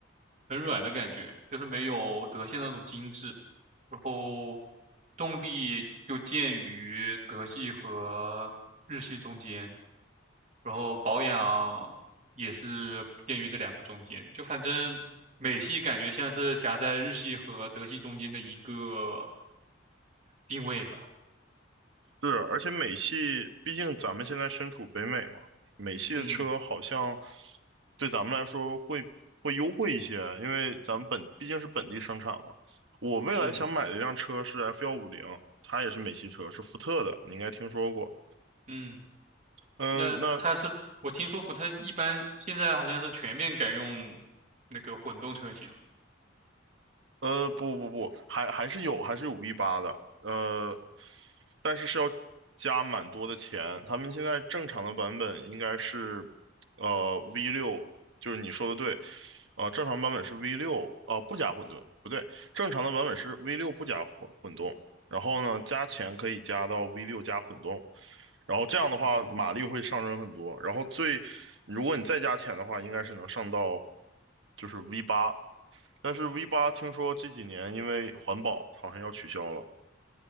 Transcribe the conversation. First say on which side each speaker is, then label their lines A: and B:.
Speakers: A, on the right; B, on the right.
A: 很软的感觉，就是没有德系那种精致。然后动力就介于德系和日系中间，然后保养也是介于这两个中间。就反正美系感觉像是夹在日系和德系中间的一个定位吧。
B: 是，而且美系，毕竟咱们现在身处北美嘛，美系的车好像
A: 嗯
B: 对咱们来说会会优惠一些，因为咱们本毕竟是本地生产嘛。我未来想买的一辆车是
A: 嗯
B: F 幺五零，它也是美系车，是福特的，你应该听说过。
A: 嗯，
B: 嗯，
A: 那它是我听说福特一般现在好像是全面改用
B: 那
A: 那个混动车型了。
B: 呃，不不不，还还是有，还是有 V 八的，呃，但是是要加蛮多的钱。他们现在正常的版本应该是，呃，V 六，就是你说的对，呃，正常版本是 V 六，呃，不加混沌，不对，正常的版本是 V 六不加混混动，然后呢，加钱可以加到 V 六加混动，然后这样的话马力会上升很多，
A: 嗯。
B: 然后最，如果你再加钱的话，应该是能上到就是 V 八。但是 V 八听说这几年因为环保好像要取消了，